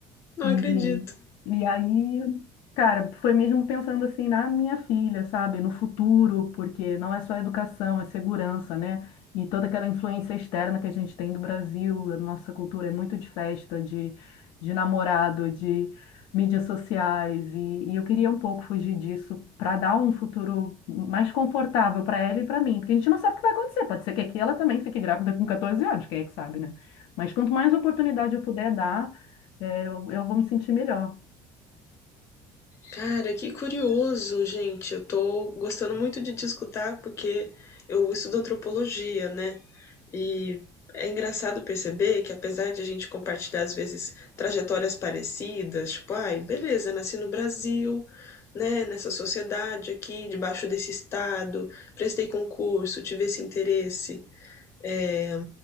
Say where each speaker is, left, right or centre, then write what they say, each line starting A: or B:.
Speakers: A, on the left; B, on the left.
A: Não
B: E,
A: acredito.
B: e aí, cara, foi mesmo pensando assim na minha filha, sabe? No futuro, porque não é só educação, é segurança, né? E toda aquela influência externa que a gente tem do Brasil, a nossa cultura é muito de festa, de, de namorado, de mídias sociais. E, e eu queria um pouco fugir disso para dar um futuro mais confortável para ela e para mim, porque a gente não sabe o que vai acontecer. Pode ser que aqui ela também fique grávida com 14 anos, quem é que sabe, né? Mas quanto mais oportunidade eu puder dar é, eu, eu vou me sentir melhor,
A: Cara, que curioso, gente. Eu tô gostando muito de te escutar porque eu estudo antropologia, né? E é engraçado perceber que apesar de a gente compartilhar às vezes trajetórias parecidas, tipo, ai, beleza, nasci no Brasil, né, nessa sociedade aqui, debaixo desse estado, prestei concurso, tive esse interesse. É,